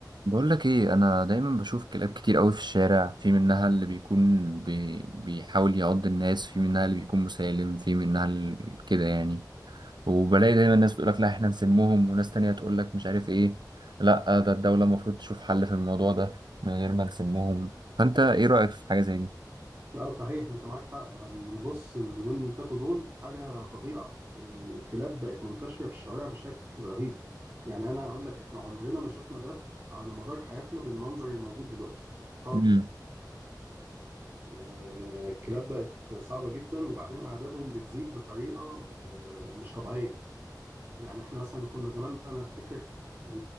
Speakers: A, on the right; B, on the right.
A: بقول لك ايه انا دايما بشوف كلاب كتير قوي في الشارع في منها اللي بيكون بي... بيحاول يعض الناس في منها اللي بيكون مسالم في منها ال... كده يعني وبلاقي دايما ناس تقول لك لا احنا نسمهم وناس تانية تقول لك مش عارف ايه لا ده الدولة المفروض تشوف حل في الموضوع ده من غير ما نسمهم فانت ايه رأيك في حاجة زي دي
B: اه صحيح انت معاك حق انا اللي بص اليومين اللي فاتوا دول حاجه فظيعه الكلاب بقت منتشره في الشوارع بشكل رهيب يعني انا اقول لك احنا عمرنا ما شفنا ده على مدار حياتنا بالمنظر اللي موجود دلوقتي خالص
A: امم
B: آه، الكلاب بقت صعبه جدا وبعدين اعدادهم بتزيد بطريقه آه، مش طبيعيه يعني احنا مثلا كنا زمان انا افتكر ان